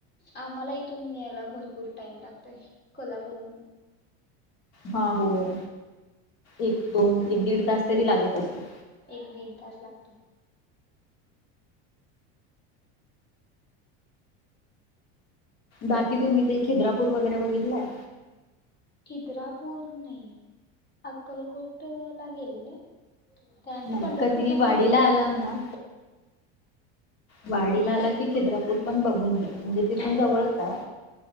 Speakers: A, on the left; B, on the left.
A: आम्हाला इथून यायला भरपूर टाईम लागतोय कोल्हापूरहून
B: हा होय एक दोन एक
A: त्यामुळं
B: दीड तास तरी लागत असेल
A: एक दीड तास लागतोय
B: बाकी तुम्ही ते खिद्रापूर वगैरे बघितलंय
A: खिद्रापूर नाही अक्कलकोट ला गेलेले त्यानंतर
B: नाही
A: पंढरपूर
B: कधी
A: ला
B: वाडीला
A: पण गेले
B: आला
A: पंढरपूर
B: ना वाडीला
A: हा
B: आला की खिद्रापूर- पण बघ - <inaudible> म्हणजे तिथून जवळच आहे.